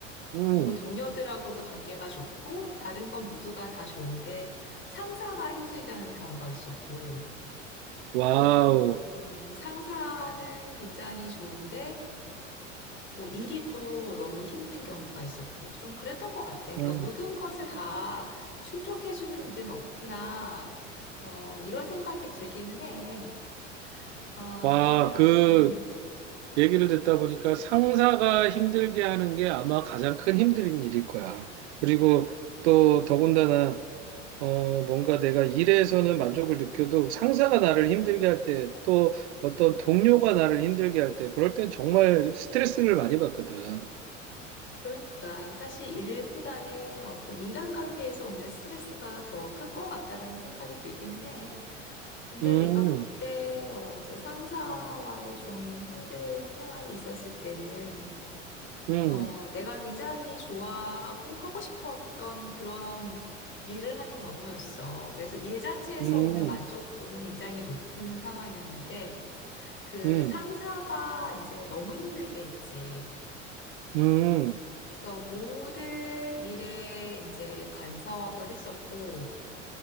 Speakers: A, on the right; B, on the left.
A: 음.
B: 그리고 동료들하고도 관계가 좋고, 다른 건 모두가 다 좋은데, 상사가 힘들게 하는 경우가 있었고,
A: 와우.
B: 또, 음, 상사는 굉장히 좋은데, 뭐 일이 또 너무 힘든 경우가 있었고 좀 그랬던 것 같아. 그러니까
A: 음.
B: 모든 것을 다 충족해주는 일은 없구나. 어, 이런 생각이 들기는 해. 아,
A: 와,
B: 근데
A: 그,
B: 음.
A: 얘기를 듣다 보니까 상사가 힘들게 하는 게 아마 가장 큰 힘든 일일 거야. 그리고 또 더군다나 어 뭔가 내가 일에서는 만족을 느껴도 상사가 나를 힘들게 할 때 또 어떤 동료가 나를 힘들게 할 때 그럴 땐 정말 스트레스를 많이 받거든.
B: 그러니까 사실 일보다는 어떤 인간관계에서 오는 스트레스가 더 클 것 같다라는 생각이 들기는 해. 근데
A: 음,
B: 내가 그때 어, 이제 상사와의 좀 힘든 상황이 있었을 때는
A: 음,
B: 어, 내가 굉장히 좋아하고 하고 싶었던 그런 일을 하는 경우였어. 그래서 일 자체에서
A: 음,
B: 오는 만족도는 굉장히 높은 상황이었는데, 그
A: 음,
B: 상사가 이제 너무 힘들게 했지.
A: 음.
B: 그래서 모든 일에 이제 간섭을 했었고,